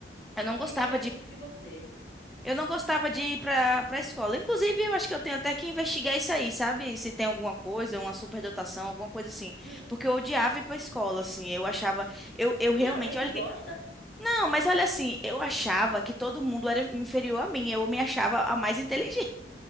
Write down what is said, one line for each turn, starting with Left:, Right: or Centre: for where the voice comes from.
Left: Não
Centre: eu não
Left: diria
Centre: gostava de
Left: isso de você.
Centre: Eu não gostava de ir para para escola. Inclusive, eu acho que eu tenho até que investigar isso aí, sabe? Se tem alguma coisa, uma superdotação, alguma coisa assim.
Left: Hum, hum.
Centre: Porque eu odiava ir para escola, assim. Eu achava, eu, eu realmente,
Left: Tem alguém que
Centre: olha
Left: gosta?
Centre: que Não, mas olha assim, eu achava que todo mundo era inferior a mim. Eu me achava a mais inteligente.